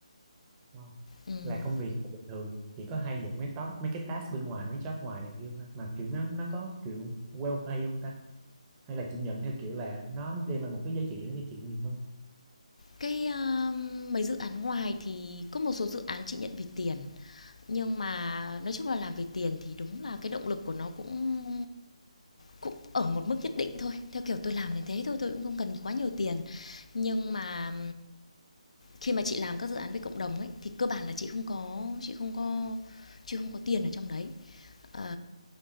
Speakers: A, on the right; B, on the left.
A: wow.
B: Ừm.
A: Là công việc là bình thường chị có hay nhận mấy top mấy cái task bên ngoài mấy job ngoài này kia không ta? mà kiểu nó nó có kiểu well pay không ta? hay là chị nhận theo kiểu là nó đem lại một cái giá trị nó giá trị nhiều hơn
B: Cái ờ, mấy dự án ngoài thì có một số dự án chị nhận vì tiền nhưng mà nói chung là làm vì tiền thì đúng là cái động lực của nó cũng cũng ở một mức nhất định thôi theo kiểu tôi làm đến thế thôi tôi cũng không cần quá nhiều tiền nhưng mà khi mà chị làm các dự án với cộng đồng ấy thì cơ bản là chị không có chị không có chị không có tiền ở trong đấy Ờ,